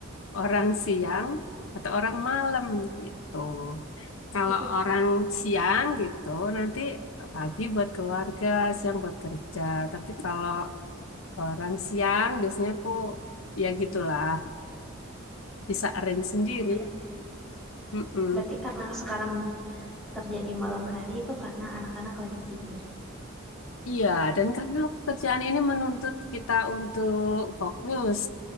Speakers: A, on the left; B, in the centre.
A: orang siang, atau orang malam gitu. Kalau
B: <laughs>
A: orang siang gitu nanti pagi buat keluarga, siang buat kerja. Tapi kalau orang siang biasanya aku ya gitulah bisa arrange sendiri.
B: Oke, oke.
A: Mm-mm.
B: Berarti karena sekarang kerja di malam hari itu karena anak-anak lagi tidur.
A: Iya, dan karena pekerjaan ini menuntut kita untuk fokus,